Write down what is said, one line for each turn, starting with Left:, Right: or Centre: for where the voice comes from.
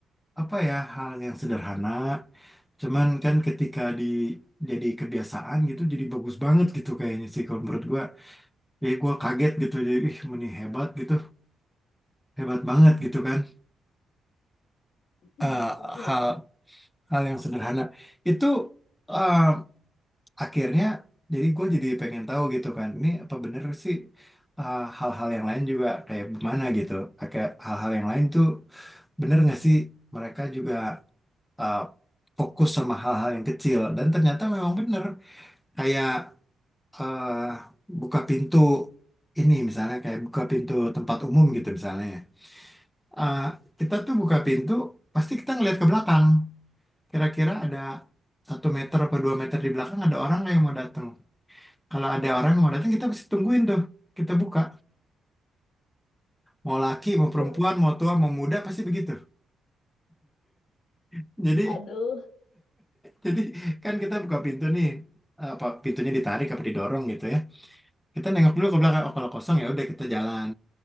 Centre: apa ya hal yang sederhana cuman kan ketika di jadi kebiasaan gitu jadi bagus banget gitu kayaknya sih kalau menurut gua Jadi gue kaget gitu, jadi ih Muni hebat gitu, hebat banget gitu kan.
Left: iya
Centre: Eh,
Left: hebat ya
Centre: hal hal yang sederhana itu eh, akhirnya jadi gue jadi pengen tahu gitu kan, ini apa bener sih eh, hal-hal yang lain juga kayak gimana gitu. Kayak hal-hal yang lain tuh bener nggak sih mereka juga eh, fokus sama hal-hal yang kecil dan ternyata memang bener kayak eh, buka pintu ini misalnya kayak buka pintu tempat umum gitu misalnya. ya. eh, kita tuh buka pintu, pasti kita ngeliat ke belakang. Kira-kira ada satu meter atau dua meter di belakang ada orang nggak yang mau datang. Kalau ada orang yang mau datang, kita pasti tungguin tuh. Kita buka. Mau laki,
Left: oh,
Centre: mau perempuan, mau tua, mau muda, pasti begitu. <laughs> Jadi,
Left: aduh
Centre: jadi kan kita buka pintu nih. eh, Apa pintunya ditarik apa didorong gitu ya. Kita nengok dulu ke belakang. Oh, kalau kosong ya udah kita jalan.